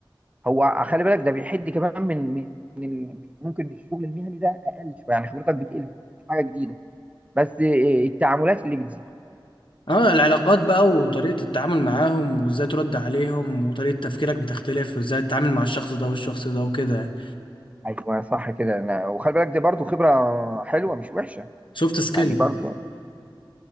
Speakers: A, on the right; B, on the left.
A: هو خلي بالك ده بيحد كمان من من من ال- من- ممكن الشغل المهني ده اقل شويه يعني خبرتك بتقل ما بتكتسبش حاجه جديده بس التعاملات اللي بتزيد
B: اه العلاقات بقى وطريقة التعامل معاهم وازاي ترد عليهم وطريقة تفكيرك بتختلف وازاي تتعامل مع الشخص ده والشخص ده وكده
A: ايوه صح كده انا وخلي بالك دي برضو خبره حلوه مش وحشه
B: سوفت سكيل
A: يعني برضو